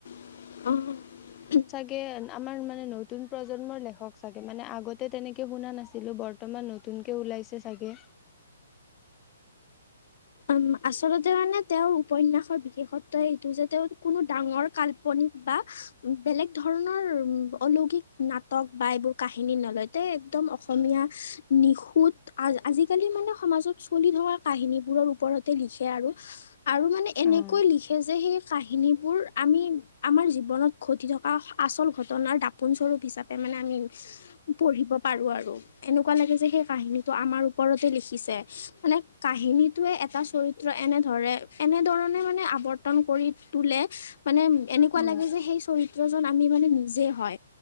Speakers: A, on the left; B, on the left.
A: অ'।
B: সেয়ে আমাৰ মানে নতুন প্ৰজন্মৰ লেখক চাগে মানে আগতে তেনেকে শুনা নাছিলো বৰ্তমান নতুনকে ওলাইছে চাগে।
A: উম আচলতে মানে তেওঁৰ উপন্যাসত বিশেষত্ব এইটো যে তেওঁ কোনো ডাঙৰ কাল্পনিক বা বেলেগ ধৰণৰ। ধৰণৰ অলৌকিক নাটক বা এইবোৰ কাহিনী নলয় তে একদম অসমীয়া নিশুত আজিকালি মানে সমাজত চলি থকা কাহিনীবোৰৰ। ওপৰতে লিখে আৰু। আৰু মানে এনেকৈ
B: অ'।
A: লিখে যে সেই কাহিনীবোৰ। আমি আমাৰ জীৱনত ঘটি থকা আচল ঘটনাৰ দাপোন স্বৰূপ হিচাপে মানে আমি পঢ়িব পাৰো আৰু এনেকুৱা লাগে যে সেই কাহিনীটো আমাৰ ওপৰতে লিখিছে মানে কাহিনীত। এটা চৰিত্ৰ এনেধৰে এনেধৰণে মানে আৱৰ্তন কৰি তোলে। মানে এনেকুৱা
B: উম।
A: লাগে যে সেই চৰিত্ৰত। আমি মানে নিজে হয়